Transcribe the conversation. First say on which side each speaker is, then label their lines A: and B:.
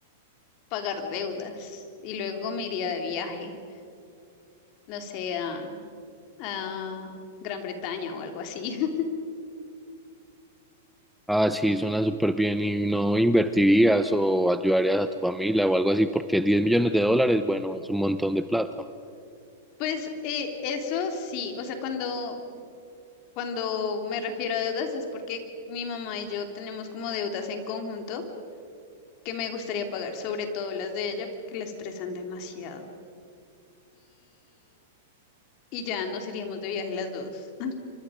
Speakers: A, on the left; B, in the centre.
A: pagar deudas y luego me iría de viaje, no sé, a, a Gran Bretaña o algo así. <laughs>
B: Ah, sí, suena súper bien y no invertirías o ayudarías a tu familia o algo así, porque 10 millones de dólares, bueno, es un montón de plata.
A: Pues eh, eso sí, o sea, cuando, cuando me refiero a deudas es porque mi mamá y yo tenemos como deudas en conjunto que me gustaría pagar, sobre todo las de ella porque la estresan demasiado. y ya nos iríamos de viaje las dos. <laughs>